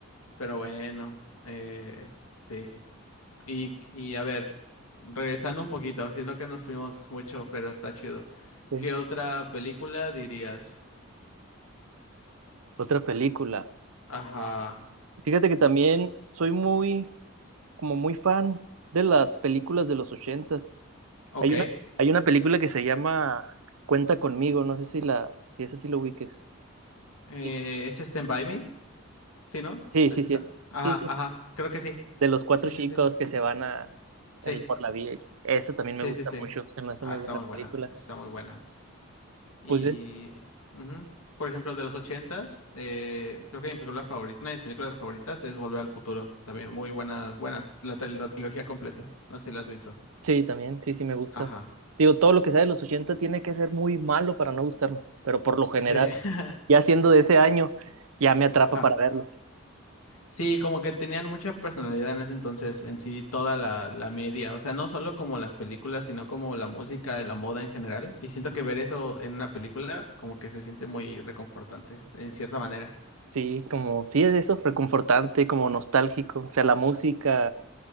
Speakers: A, on the left; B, on the right.
A: pero bueno, eh, sí. Y, y a ver, regresando un poquito, siento que nos fuimos mucho, pero está chido.
B: Sí.
A: ¿Qué otra película dirías?
B: Otra película.
A: Ajá,
B: Fíjate que también soy muy, como muy fan de las películas de los ochentas.
A: ok.
B: Hay una, hay una película que se llama Cuenta conmigo, no sé si la, si esa sí lo ubiques.
A: Eh,
B: Sí,
A: ¿es Stand By Me? ¿Sí, no?
B: sí,
A: ¿Es
B: sí,
A: esa?
B: sí, es-
A: Ajá,
B: sí, sí.
A: ajá, creo que sí.
B: De los cuatro
A: Sí, sí,
B: chicos
A: sí.
B: que se van a
A: Sí,
B: el- por la vía. Eso también
A: sí,
B: me gusta
A: sí, sí.
B: mucho, se me hace
A: Ah,
B: muy
A: está
B: buena
A: muy buena,
B: película.
A: está muy buena. Y,
B: Pues es-
A: ujú. Por ejemplo, de los ochentas, eh, creo que mi película favorita, una de mis películas favoritas es Volver al Futuro. También muy buena, buena, la, tri- la trilogía completa. No sé si la has visto.
B: Sí, también, sí, sí me gusta.
A: Ajá.
B: Digo, todo lo que sea de los 80 tiene que ser muy malo para no gustarme, pero por lo general,
A: Sí. <laughs>
B: ya siendo de ese año, ya me atrapa
A: Ajá.
B: para verlo.
A: Sí, como que tenían mucha personalidad en ese entonces, en sí, toda la, la media. O sea, no solo como las películas, sino como la música, la moda en general. Y siento que ver eso en una película, como que se siente muy reconfortante, en cierta manera.
B: Sí, como, sí, es eso, reconfortante, como nostálgico. O sea, la música,